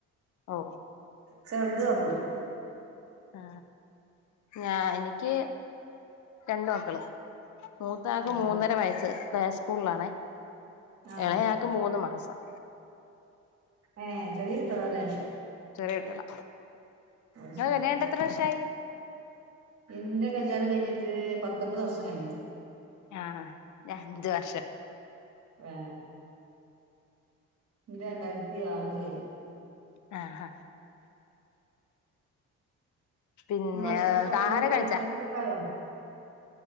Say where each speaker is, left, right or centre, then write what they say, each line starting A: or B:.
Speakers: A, on the left; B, on the right.
A: ഓ
B: ചെറുത ആക്കൂട്ടി
A: ആ ഞാ എനിക്ക് രണ്ട മക്കള് മൂത്താക്ക്
B: അത് ശരി
A: മൂന്നര വയസു സ്കൂളിലാണേ
B: ആ
A: ഇളയാക്ക് മൂന്ന് മാസം
B: ഏയ് ചെറിയ കുട്ടികള അല്ലെ
A: ചെറിയ കുട്ടികളാ <unintelligible>
B: അത് ശരി എന്റെ കല്യാണം കഴിഞ്ഞിട്ട് പത്തൊമ്പത് വർഷം കഴിഞ്ഞിട്ട്
A: ആ ഞ അഞ്ച് വർഷം
B: <unintelligible> എന്റെ രണ്ടായിരത്തി ആറില്
A: ആ ഹ പിന്നെ
B: ഭക്ഷണം കായോടെ
A: ആഹാരം
B: കഴിച്ച
A: കഴിച്ചാ
B: പിന്നെ കായോ